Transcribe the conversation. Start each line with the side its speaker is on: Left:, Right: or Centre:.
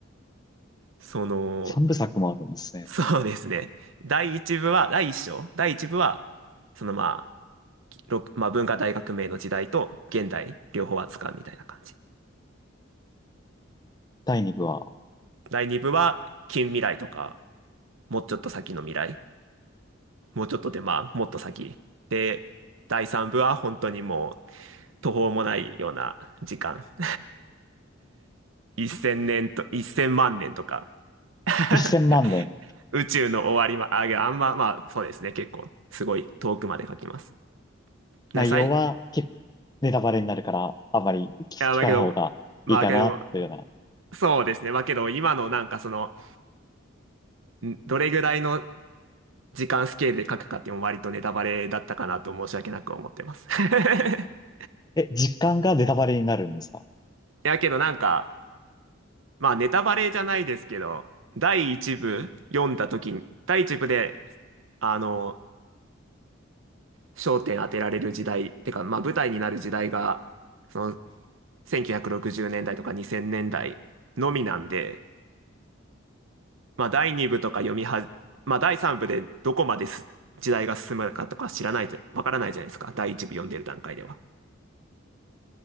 Right: その、
Left: 3部作もあるんですね。
Right: <laughs> そうですね。第1部は、第1章、第1部は、そのまあ、ろくまあ、文化大革命の時代と現代、両方扱うみたいな感じ。
Left: 第2部は
Right: 第2部は、近未来とか、もうちょっと先の未来、もうちょっとで、まあ、もっと先。で、第3部は本当にもう、途方もないような時間。<laughs> 1000年と、1000万年とか。<laughs>
Left: 1000万年。
Right: 宇宙の終わりま、あ、いやあんま、まあ、そうですね。結構、すごい遠くまで書きます。な、
Left: 内容はけ
Right: さい、い
Left: ネタバレになるから、あまり聞聞かない方がいいかな、
Right: や、だけど、まあ、けど、
Left: というような。
Right: そうですね。まあ、けど、今のなんかその、んどれぐらいの時間スケールで書くかっていうのも割とネタバレだったかなと申し訳なく思ってます。<laughs> い
Left: え、実感がネタバレになるんですか
Right: や、けどなんか、まあ、ネタバレじゃないですけど、第一部読んだ時に、第一部で、あの、焦点当てられる時代、てか、まあ舞台になる時代が、その1960年代とか2000年代のみなんで、まあ第2部とか読みは、まあ第3部でどこまです時代が進むかとか知らないじゃ、わからないじゃないですか。第1部読んでる段階では。